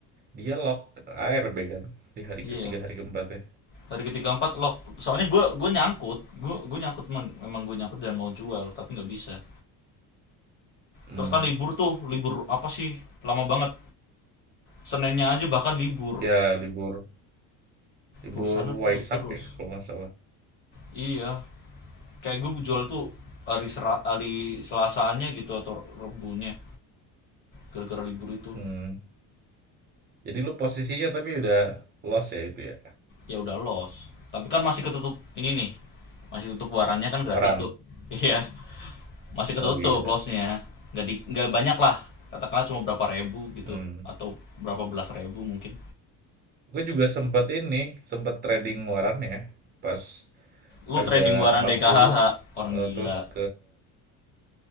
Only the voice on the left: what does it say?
iya
hari ketiga empat lock soalnya gue gue nyangkut gue gue nyangkut memang, memang gue nyangkut dan mau jual tapi nggak bisa
terus kan libur tuh libur apa sih lama banget senennya aja bahkan libur
bursanya tutup
terus
iya kayak gue jual tuh hari sera, hari selasanya gitu atau rebunya gara-gara libur itu
ya udah los tapi kan masih ketutup ini nih masih tutup warannya kan gratis
tuh iya masih ketutup
lossnya nggak di nggak banyak lah katakanlah cuma berapa ribu gitu
atau berapa belas ribu mungkin
lu
trading waran
DKHH orang
gila